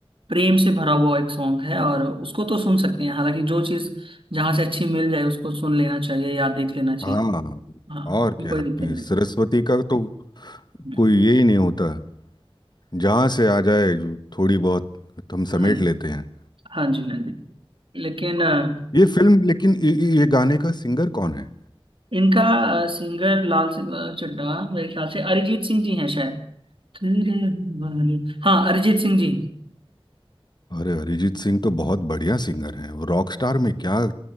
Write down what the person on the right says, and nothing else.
प्रेम से भरा हुआ एक सॉन्ग है और उसको तो सुन सकते हैं हालांकि जो चीज जहां से अच्छी मिल जाए उसको सुन लेना चाहिए या देख लेना चाहिए
हाँ
उसमें
कोई
दिक्कत नहीं
हम्म,
हाँ जी
हाँ जी हाँ जी लेकिन अ,
इनका सिंगर लाल सिंह अ, चड्ढा मेरे ख्याल से अरिजीत सिंह जी हैं शायद तेरे हमारे- हाँ अरिजीत सिंह जी